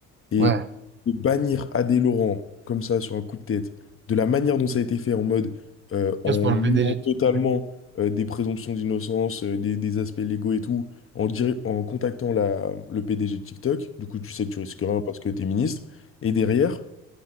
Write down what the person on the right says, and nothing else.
ouais.
Je passe par
le PDG.